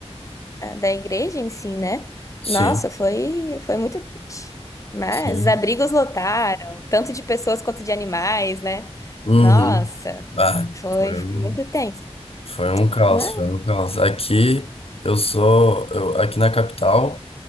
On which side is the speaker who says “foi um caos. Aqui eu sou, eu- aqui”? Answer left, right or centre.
Left